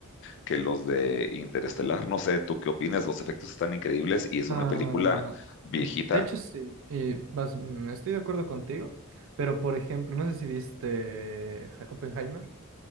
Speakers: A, on the left; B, on the right.
A: que los de Interestelar. No sé, ¿tú qué opinas? Los efectos están increíbles y es
B: Ah,
A: una película viejita.
B: de hecho, sí, y vas, mm, estoy de acuerdo contigo, pero por ejemplo, no sé si viste Ja- Oppenheimer.